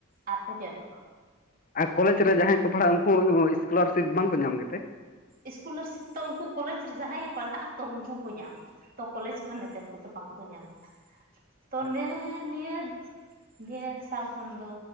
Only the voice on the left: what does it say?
ᱟᱨ, ᱠᱚᱞᱮᱡᱽ ᱨᱮ ᱡᱟᱦᱟᱸᱭ ᱠᱚ, ᱯᱟᱲᱦᱟᱜᱼᱟ ᱾ ᱩᱱᱠᱩ ᱤᱥᱠᱚᱞᱟᱨᱥᱤᱯ ᱵᱟᱝᱠᱚ ᱧᱟᱢ ᱜᱮᱛᱮ?
ᱟᱪᱪᱷᱟ